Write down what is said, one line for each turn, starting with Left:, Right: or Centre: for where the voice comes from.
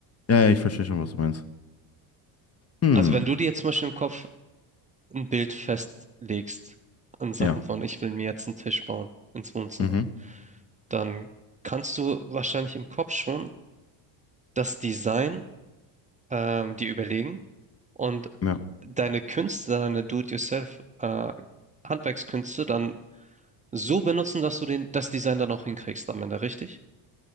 Left: Ja, ja, ich verstehe schon, was du meinst. Hm.
Right: Also wenn du dir jetzt zum Beispiel im Kopf ein Bild festlegst in Sachen
Left: Ja.
Right: von, ich will mir jetzt einen Tisch bauen ins Wohnzimmer,
Left: Mhm.
Right: dann kannst du wahrscheinlich im Kopf schon das Design ähm, dir überlegen. Und
Left: Ja.
Right: deine Künste, deine Do-it-yourself, äh, Handwerkskünste dann so benutzen, dass du den, das Design dann auch hinkriegst am Ende, richtig?